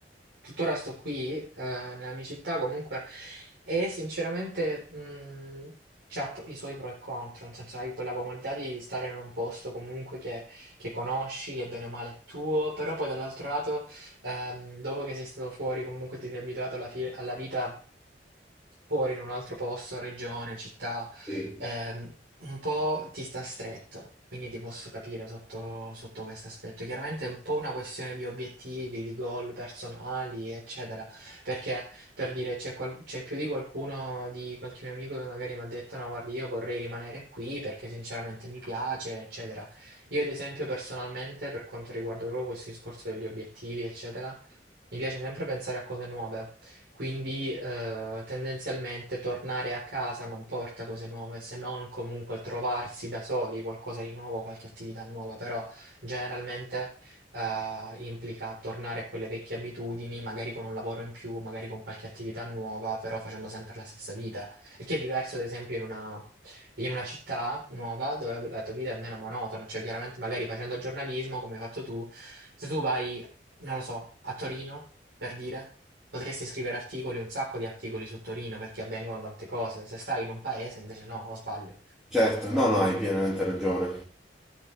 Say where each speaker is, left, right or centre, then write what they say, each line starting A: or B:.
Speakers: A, on the right; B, in the centre.
A: tuttora sto qui eh, nella mia città comunque e sinceramente mh, c'ha i suoi pro e contro, nel senso hai quella comodità di stare in un posto comunque che, che conosci, che bene o male è tuo, però poi dall'altro lato ehm, dopo che sei stato fuori comunque ti sei abituato alla, fi- alla vita fuori in un altro posto, regione, città,
B: Sì.
A: ehm, un po' ti sta stretto. Quindi ti posso capire sotto, sotto questo aspetto. Chiaramente è un po' una questione di obiettivi, di goal personali, eccetera. Perché per dire c'è qual- c'è più di qualcuno, di qualche mio amico che magari mi ha detto: No, guardi, io vorrei rimanere qui perché sinceramente mi piace, eccetera. Io, ad esempio, personalmente, per quanto riguarda proprio questo discorso degli obiettivi, eccetera, mi piace sempre pensare a cose nuove. Quindi eh, tendenzialmente tornare a casa non porta cose nuove, se non comunque trovarsi da soli qualcosa di nuovo, qualche attività nuova, però generalmente eh, implica tornare a quelle vecchie abitudini, magari con un lavoro in più, magari con qualche attività nuova, però facendo sempre la stessa vita. Il che è diverso, ad esempio, in una, in una città nuova dove la tua vita è meno monotona, cioè chiaramente magari facendo giornalismo, come hai fatto tu, se tu vai, non lo so, a Torino, per dire. Potresti scrivere articoli, un sacco di articoli su Torino perché avvengono tante cose. Se stai in un paese, invece no, o sbaglio.
B: Certo, no, no, hai pienamente ragione.